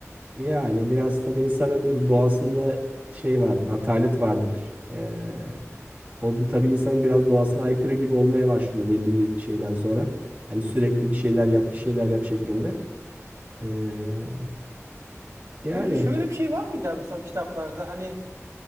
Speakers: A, on the right; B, on the right.
A: Yani biraz tabii insanın doğasında şey vardır, atalet vardır. Ee, o da tabii insanın biraz doğasına aykırı gibi olmaya başlıyor belli bir şeyden sonra. Hani sürekli bir şeyler yap, bir şeyler yap şeklinde. Ee, yani
B: Peki şöyle bir şey var mıydı abi mesela o kitaplarda hani